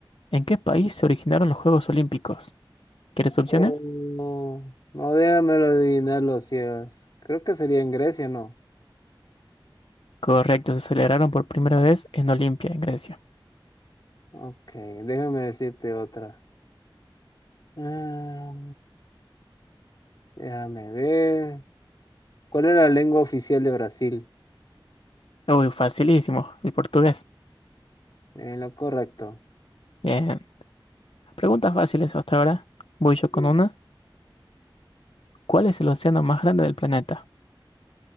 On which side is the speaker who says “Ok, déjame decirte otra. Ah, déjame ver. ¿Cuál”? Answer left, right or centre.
Left